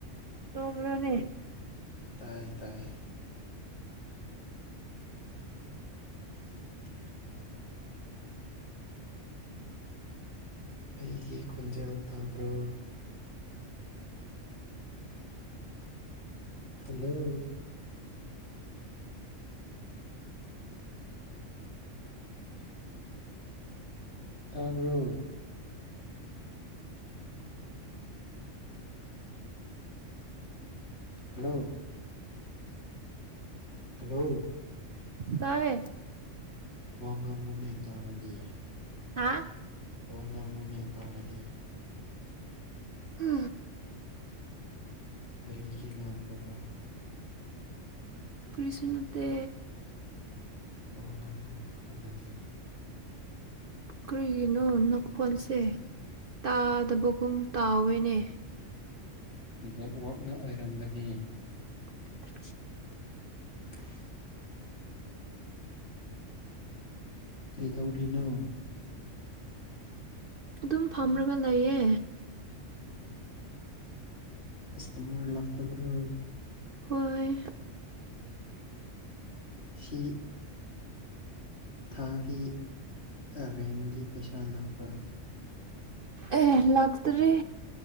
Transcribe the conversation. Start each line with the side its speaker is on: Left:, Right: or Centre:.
Right: ꯇꯣꯔꯅꯦ
Left: ꯇꯥꯏꯌꯦ ꯇꯥꯏꯌꯦ ꯎ ꯑꯩꯒꯤ ꯈꯣꯟꯖꯦꯜ ꯇꯥꯕ꯭ꯔꯣ ꯍꯜꯂꯣ ꯇꯥꯕ꯭ꯔꯣ ꯍꯜꯂꯣ ꯍꯜꯂꯣ
Right: ꯇꯥꯏꯦ
Left: ꯋꯥ ꯉꯥꯡꯒꯨꯅꯦ ꯇꯥꯔꯗꯤ
Right: ꯍꯥ
Left: ꯋꯥ ꯉꯥꯡꯉꯨꯅꯦ ꯍꯥꯏꯇꯥꯥꯔꯗꯤ
Right: ꯍ
Left: ꯀꯔꯤꯒꯤ ꯉꯥꯡꯂꯕ꯭ꯔꯥ
Right: ꯀ꯭ꯔꯤꯁꯨꯅꯠꯇ
Left: ꯍ ꯍ ꯑꯣ ꯑꯗꯨꯗꯒꯤ
Right: ꯀꯔꯤꯒꯤꯅꯣ ꯅꯈꯣꯟꯁꯦ ꯇꯥꯗꯕꯒꯨꯝ ꯇꯥꯎꯋꯦꯅꯦ
Left: ꯅꯦꯠꯋꯥꯛꯅ ꯑꯣꯏꯔꯝꯒꯅꯤ
Right: <inaudible>
Left: <inaudible> ꯀꯩ ꯊꯧ ꯇꯅꯣ
Right: ꯑꯗꯨꯝ ꯐꯝꯔꯒ ꯂꯩꯌꯦ
Left: ꯀꯁꯇꯃꯔ ꯂꯥꯛꯇꯕ꯭ꯔꯣ
Right: ꯍꯣ ꯏ
Left: ꯁꯤ ꯊꯥꯡ ꯒꯤ ꯇ꯭ꯔꯦꯟꯒꯤ ꯄꯩꯁꯥꯜꯂꯄ꯭ꯔꯥ
Right: ꯑꯦ ꯂꯥꯛꯇꯔꯤ